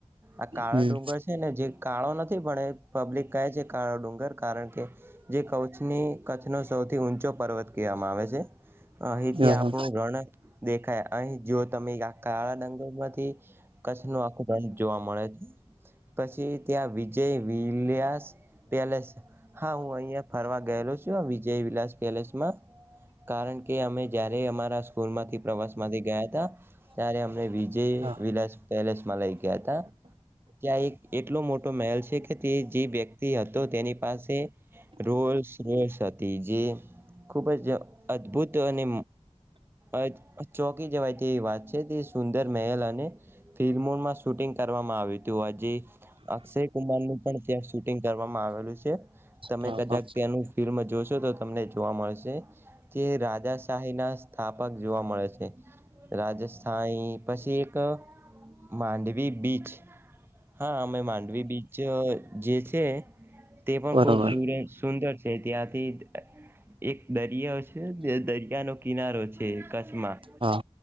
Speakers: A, on the right; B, on the right.
A: આ કાળા
B: હમ
A: ડુંગર છે ને જે કાળો નથી પણ એ પબ્લિક કહે છે. કાળ ડુંગર કારણ કે જે કચ્છની કચ્છનો સૌથી ઊંચો પર્વત કહેવામાં આવે છે. અહીથી
B: હા
A: આપણું
B: હા
A: રણ દેખાય અહી જો તમે આ કાળા ડંગલમાંથી કચ્છનો આખો બંધ જોવા મળે છે પછી ત્યાં વિજય વિલાસ પેલેસ હા હું અહીંયા ફરવા ગયેલો છું વિજય વિલાસ પેલેસમાં કારણ કે અમે જ્યારે રે અમારા સ્કૂલમાંથી પ્રવાસમાંથી ગયા હતા ત્યારે અમને વીજ જે
B: હા હા હા
A: વિલાસ પેલેસમાં લઈ ગયા હતા ત્યાં એક એટલો મોટો મહેલ છે કે તે જે વ્યક્તિ હતો તેની પાસે રોલ્સ રોલ્સ હતી જે ખૂબ જ અદ્ભુત અને અ ચોકી જવાય તેવી વાત છે તે સુંદર મહેલ અને ફિલ્મોમાં શૂટિંગ કરવામાં આવ્યું હતું હજી અક્ષય કુમારનું પણ ત્યા શૂટિંગ કરવામાં આવેલું છે તમે
B: હા
A: કદાચ
B: હા
A: ત્યાનું ફિલ્મ જોશો તો તમને જોવા મળશે. જે રાજાશાહી ના સ્થાપક જોવા મળે છે રાજશાહી પછી એક માંડવી બીચ હા અમે માંડવી બીચ જે છે તે પણ
B: બરોબર
A: ખૂબ સરજ સુંદર છે ત્યાંથી એક દરિયા છે દરિયાનો કિનારો છે. ચ્છમાં
B: હા